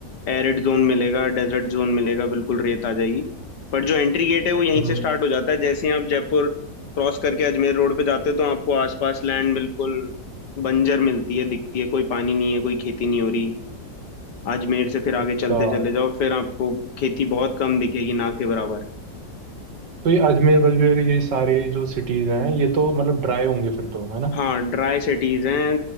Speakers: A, on the left (about 70°); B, on the right (about 80°).
A: एरिड जोन मिलेगा डेजर्ट जोन मिलेगा बिल्कुल रेत आ जाएगी पर जो एंट्री गेट है वो यहीं
B: हम्म,
A: से स्टार्ट हो जाता है जैसे ही आप जयपुर क्रॉस करके अजमेर रोड पे जाते हो तो आपको आसपास लैंड बिल्कुल बंजर मिलती है दिखती है कोई पानी नहीं है कोई खेती नहीं हो रही अजमेर से फिर आगे
B: अच्छा
A: चलते चले जाओ फिर आपको खेती बहुत कम दिखेगी ना के बराबर
B: तो ये अजमेर बजमेर ये सारे जो सिटीज हैं ये तो मतलब ड्राई होंगे फिर तो है ना
A: हाँ ड्राई सिटीज हैं